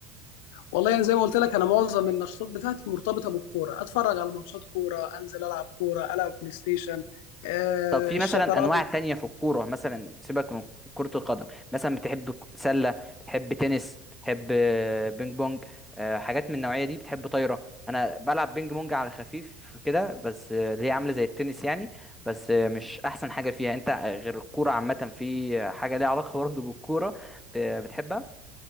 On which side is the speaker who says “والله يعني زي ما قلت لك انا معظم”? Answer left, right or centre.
Left